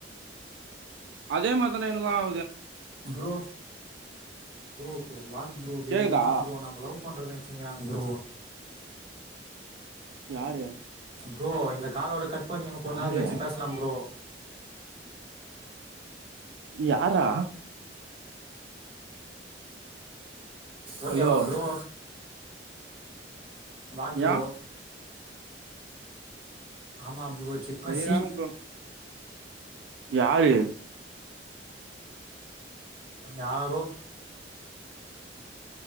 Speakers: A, on the right; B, on the right.
A: அதே மாரி தான எனக்கு ஆ
B: bro bro what bro very
A: கேக்குதா
B: ராங் ப்ரோ நம்ம லவ் பண்றொ நெச்சிங்கிறாங்க ப்ரோ
A: யாரு
B: ப்ரோ இந்த காலோட கட் ப்ப நீ இன்னு கொஞ்
A: யாரு
B: நேரொ கழிச்சி பேசலாம் ப்ரோ
A: யார்ரா
B: ஓகேவா
A: ஹலோ
B: ப்ரோ வாட் ப்ரோ
A: யா
B: ஆமா ப்ரோ சிக்கொ
A: வெரி
B: சி
A: ராங் ப்ரோ யாரு
B: யாரோ